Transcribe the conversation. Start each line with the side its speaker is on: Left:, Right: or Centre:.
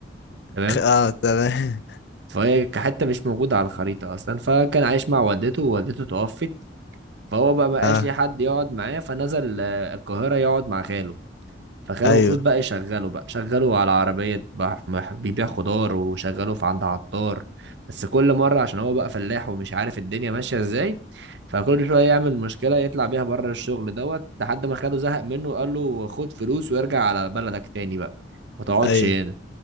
Right: تمام
Left: خ- اه تمام
Right: فهي حتة مش موجودة على الخريطة أصلا فكان عايش مع والدته ووالدته توفت فهو
Left: <laughs>
Right: بقى مبقاش
Left: اه
Right: ليه حد يقعد معاه فنزل آه، القاهرة يقعد مع خاله فكانوا
Left: أيوه
Right: المفروض بقى يشغلوا بقى شغلوا على عربية بح- مح- بيبيع خضار وشغلوه في عند عطار بس كل مرة عشان هو بقى فلاح ومش عارف الدنيا ماشية ازاي فكل شوية يعمل مشكلة يطلع بيها بره الشغل دوت لحد ما خاله زهق منه وقال له خد فلوس وارجع على بلدك تاني بقى ما تقعدش
Left: أيوه
Right: هنا